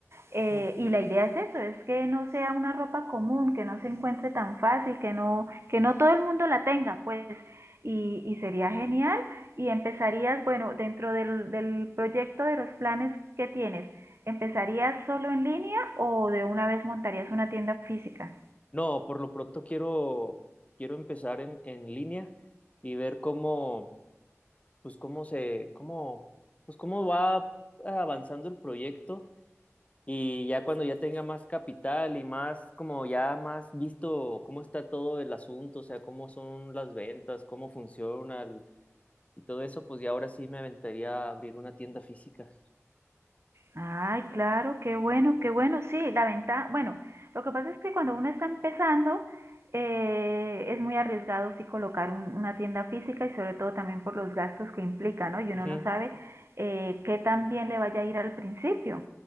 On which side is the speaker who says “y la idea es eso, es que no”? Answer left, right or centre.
Right